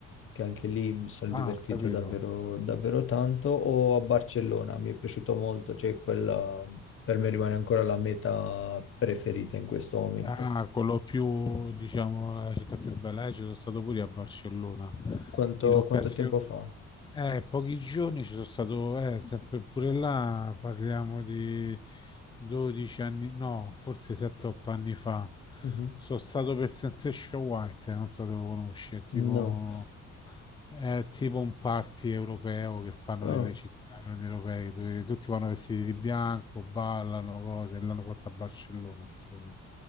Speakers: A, on the left; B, on the left.
A: che anche lì mi sono
B: Ah,
A: divertito
B: ho capito.
A: davvero, davvero tanto, o a Barcellona, mi è piaciuto molto, cioè quella per me rimane ancora la meta preferita in questo momento.
B: Ah, quello più, diciamo, la città più bella. Eh, ci sono stato pure a Barcellona
A: Quanto,
B: in occasione.
A: quanto tempo fa?
B: Eh, pochi giorni ci sono stato, eh, sempre pure là parliamo di 12 anni, no, forse 7-8 anni fa.
A: Mhm.
B: Sono stato per Sensation White, non so se lo conosci, è tipo
A: No.
B: è tipo un party europeo che fanno
A: Ah,
B: nelle città grandi europee dove tutti vanno vestiti di bianco, ballano cose, l'hanno fatta a Barcellona, insomma.